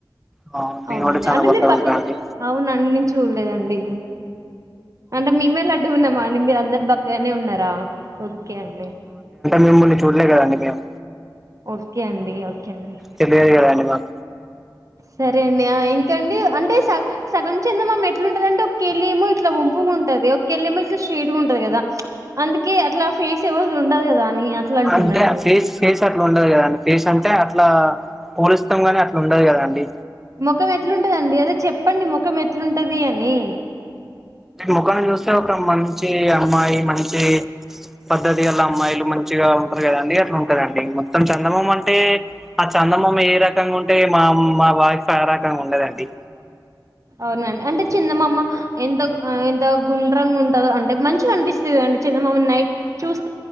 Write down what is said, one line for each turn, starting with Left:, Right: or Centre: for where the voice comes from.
Centre: ఆ, నేను
Right: అవునండి
Centre: కూడా చాలా
Right: అంటే
Centre: బక్కగా
Right: మీరు బక్కగ
Centre: ఉంటా అండి
Right: అవునండి నేన్ చూడ్లేదండి అంటే మేమే లడ్డుగున్నామ అండి మీరు అందరు బక్కగానే ఉన్నారు దా ఓకే అండి
Centre: మిమ్ముల్ని చూడలే కదండి మేము
Right: ఓకే అండి ఓకే అండి.
Centre: తెలియదు కదండి మాక్
Right: సరే అండి ఆ ఇంకండి అంటే స సగం చెందమామ ఎట్లుంటది అంటే ఒకెళ్ళి ఏమో ఇట్లా వంపుగా ఉంటది ఒకెళ్ళి ఏమో ఇట్లా స్ట్రయిట్ గా ఉంటది కదా అందుకే అట్లా ఫేస్ ఎవర్థి ఉండది కదా అని అట్లా అంటున్నా
Centre: అంటే
Right: నేను.
Centre: ఫేస్ ఫేస్ అట్లా ఉండదు కదండి ఫేస్ అంటే అట్లా పోలుస్తాం గాని అట్లా ఉండదు కదండి
Right: ముఖం ఎట్లుం ంటదండి అదే చెప్పండి ముఖం ఎట్లుంటది అని
Centre: ముఖాన్ని చూస్తే ఒక మంచి అమ్మాయి మంచి పద్ధతి గల్ల అమ్మాయిలు మంచిగా ఉంటారు కదండి అట్లా ఉంటదండి మొత్తం చందమామ అంటే ఆ చందమామ ఏ రకంగా ఉంటే మా మా వాైఫ్ ఆ రకంగా ఉండదండి
Right: అవునండి అంటే చందమామ ఎంత ఎంత గుండ్రంగా ఉంటదో అంటే మంచిగా అనిపిస్తది కదండీ చందమామని నైట్ చూస్